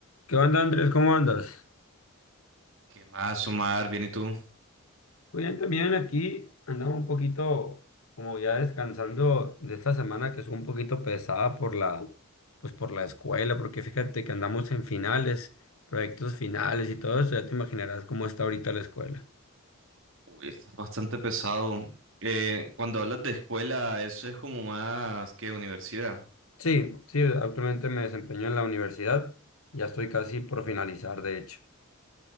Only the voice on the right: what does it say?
¿Qué más, Omar? Bien, ¿y tú?
Uy, estás bastante pesado. Eh, cuando hablas de escuela, eso es como más que universidad.